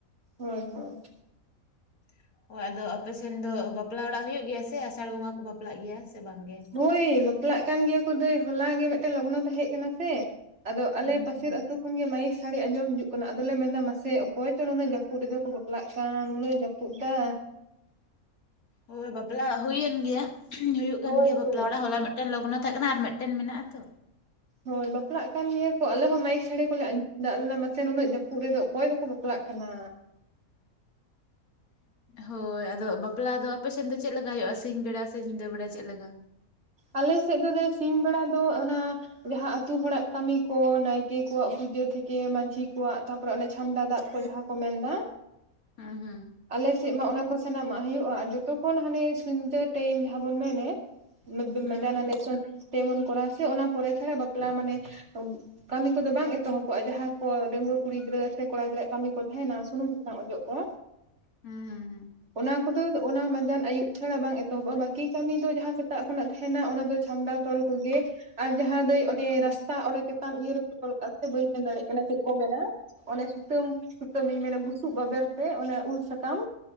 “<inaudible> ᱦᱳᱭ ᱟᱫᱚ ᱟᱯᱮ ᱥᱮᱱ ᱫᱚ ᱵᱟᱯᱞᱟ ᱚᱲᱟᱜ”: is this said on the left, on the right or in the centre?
Left